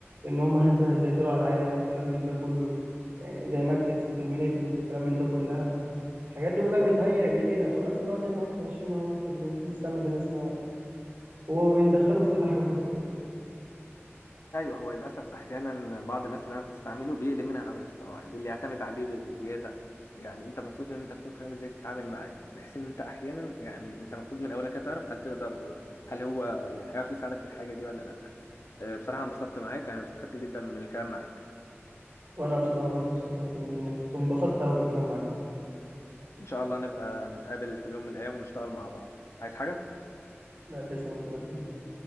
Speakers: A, on the right; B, on the left.
A: ان هم <laughs> هيسيطروا على العالم وكلام من ده كله يعني زي ماتريكس وترمينيتور وكلام من ده كلها الحاجات دي كلها بتهيأ لكده ونفس الوقت احنا اهو ماشيين اهو في ال- بنستعمل ذكاء اصطناعي وهو بندخله في كل حاجه حرفيا
B: ايوه هو للاسف احيانا بعض الناس اللي انا بتستعمله بيقلل منها غباء اصطناعي واللي يعتمد عليه بزياده يعني انت المفروض ان انت تكون فاهم ازاي تتعامل معاه بحيث ان انت احيانا يعني انت المفروض من اولك تعرف هل تقدر هل هو يعني هيعرف يساعدك في الحاجه دي ولا لا أه، بصراحه انبسطت معاك يعني واستفدت جدا من الكلام معاك
A: وانا بصراحه برضو استفدت منه انبسطت قوي بالكلام معاك ده.
B: ان شاء الله نبقى نتقابل في يوم من الايام ونشتغل مع بعض عايز حاجه
A: لا تسلم ربنا يخليك